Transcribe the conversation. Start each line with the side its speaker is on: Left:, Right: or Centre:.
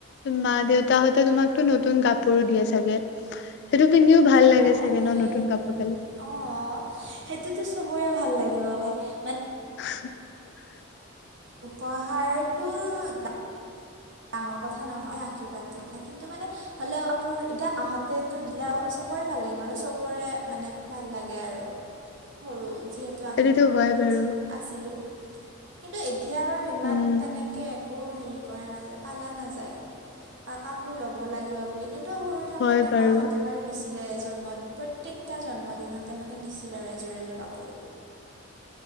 Left: মা - দেউতা হতে তোমাকতো নতুন কাপোৰো দিয়ে চাগে সেইটো পিন্ধিও ভাল লাগে
Right: অঁ
Left: চাগে
Right: দিয়ে
Left: ন'নতুন কাপোৰ পালে।
Right: অঁ সেইটোতো চবৰে ভাল লাগিব ভাই মান
Left: <inaudible>
Right: উপহাৰতটো ডাঙৰ কথা নহয় আৰ্শীৰ্বাদটো কথা কিন্তু মানে হ'লেও কাপোৰ এতিয়া মাহতেটো দিলে চবৰে ভাল লাগিব মানে চবৰে মানে ভাল লাগে আৰু সৰু যিহেতু আমি
Left: সেইটোতো
Right: সৰু
Left: হয়
Right: হৈ
Left: বাৰু
Right: আছো, আছিলো। কিন্তু এতিয়া বাৰু ইমান
Left: উম,
Right: তেনেকে একো হেৰি কৰা নাযায়। পালা নাযায় বা কাপোৰ ল'ব লাগিব বুলি কিন্তু, সৰু থাকোঁতে
Left: হয় বাৰু
Right: মাহতে বাৰু দিছ দিলে জন্মত প্ৰত্যেকতা জন্ম দিনতে মানে দিছিল আৰু এযোৰ- এযোৰ কাপোৰ।